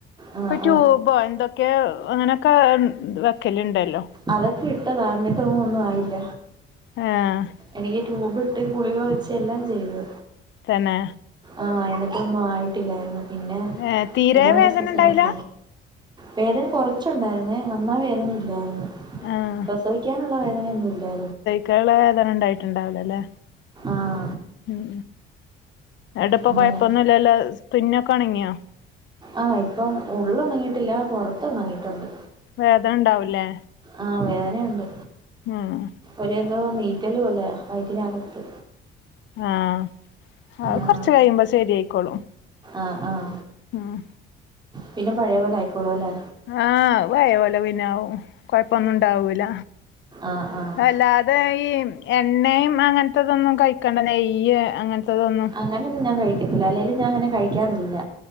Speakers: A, on the right (about 20°); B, on the left (about 65°).
A: ആ
B: പ്പൊ
A: ആ
B: ട്യൂബോ എന്തൊക്കെ അങ്ങനെയൊക്കെ വെക്കല് ഇണ്ടല്ലോ
A: അതൊക്കെ ഇട്ടതാ.. എന്നിട്ടൊന്നും ഒന്നും ആയില്ല
B: ഏഹ്..
A: എനിക്ക് ട്യൂബിട്ട് ഗുളിക വെച്ച് എല്ലാം ചെയ്ത്
B: തന്നെ
A: ആഹ് എന്നിട്ട ഒന്നും ആയിട്ടില്ലായിര്ന്നു പിന്നെ
B: ഏഹ് തീരെ
A: പിന്നെ അവര്
B: വേദന
A: സിസേറി
B: ഇണ്ടായില്ല
A: വേദന കൊറച്ചുണ്ടായിരുന്നേ നന്നാ വേദന ഇല്ലായിരുന്നു
B: ആഹ്
A: പ്രസവിക്കാനുള്ള വേദനയൊന്നും ഇല്ലാ
B: കേള വേദന ഇണ്ടായിട്ടുണ്ടാവില്ലല്ലേ
A: ആഹ്
B: ഉം ന്നട്ട്പ്പ
A: അങ്ങനെ
B: കൊഴപ്പൊന്നുംല്ലല്ലോ തുന്നൊക്കെ ഒണങ്ങിയോ
A: ആഹ് ഇപ്പം ഉള്ള് ഒണങ്ങിയിട്ടില്ല പുറത്ത് ഉണങ്ങിയിട്ടുണ്ട്
B: വേദനണ്ടാവൂലേ?
A: ആഹ് വേദനയുണ്ട്
B: ഉം
A: ഒരു എന്തോ നീറ്റല് പോലേയ വൈറ്റിനകത്ത്
B: ആഹ് അത്
A: ആഹ്
B: കൊറച്ച് കഴിയുമ്പോ ശരിയയിക്കോളും
A: ആഹ്... ആഹ്..
B: ആഹ്
A: പിന്നെ പഴെപോലെ ആയിക്കോളും അല്ലേ
B: ആഹ് പയേ പോലെ പിന്നാവും കൊഴപ്പൊന്നും ഉണ്ടാവൂല
A: ആഹ് ആഹ്
B: വെല്ലാതെ ഈ എണ്ണയും അങ്ങനത്തതൊന്നും കഴിക്കേണ്ട നെയ്യ് അങ്ങനത്തതൊന്നും
A: അങ്ങനൊന്നും ഞാൻ കഴിക്കത്തില്ല അല്ലേലും ഞാൻ അങ്ങനെ കഴിക്കാറില്ല